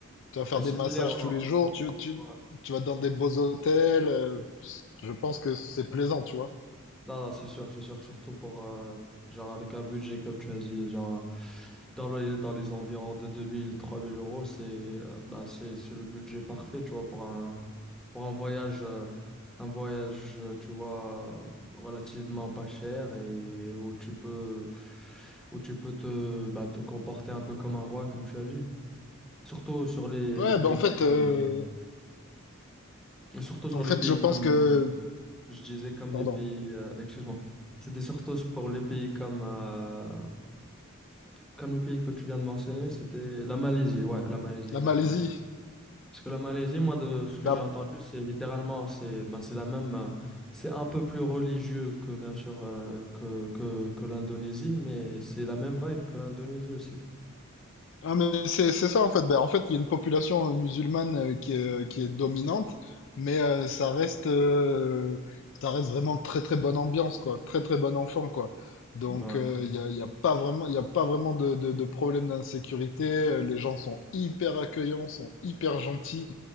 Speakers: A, on the left; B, in the centre.
A: tu vas faire
B: Ouais, similaire,
A: des massages
B: non.
A: tous les jours, tu, tu,
B: Ouais.
A: tu vas dans des beaux hôtels. euh, je pense que c'est plaisant, tu vois.
B: Non, non, c'est sûr, c'est sûr. Surtout pour, euh, genre, avec un budget, comme tu as dit, genre, euh, dans les, dans les environs de deux mille trois mille euros, c'est euh, bah, c'est, c'est le budget parfait, tu vois, pour un, pour un voyage, euh, un voyage, euh, tu vois, euh, relativement pas cher et où tu peux, où tu peux te, bah, te comporter un peu comme un roi, comme tu as dit. Surtout sur les,
A: Ouais,
B: les pays
A: bah en fait,
B: comme,
A: euh,
B: euh, surtout sur
A: en
B: les
A: fait,
B: pays
A: je pense
B: comme,
A: que,
B: Je disais comme
A: pardon,
B: les pays, euh, excuse-moi, c'était surtout pour les pays comme, euh, comme le pays que tu viens de mentionner, c'était la Malaisie, ouais, la Malaisie, exactement.
A: la Malaisie.
B: Parce que la Malaisie, moi, de ce que
A: Bah,
B: j'ai entendu, c'est littéralement, c'est ben, c'est la même, euh, c'est un peu plus religieux que, bien sûr, euh, que, que, que l'Indonésie, mais c'est la même vibe que l'Indonésie aussi.
A: ah, mais c'est c'est ça en fait. Bah, en fait, il y a une population euh, musulmane euh, qui est, euh, qui est dominante, mais euh, ça reste, euh, ça reste vraiment très très bonne ambiance quoi, très très bon enfant quoi. Donc
B: Ouais,
A: euh, il y a, il y a pas vraiment, il y a pas vraiment de, de, de problème d'insécurité. Euh, Les gens sont hyper accueillants, sont hyper gentils.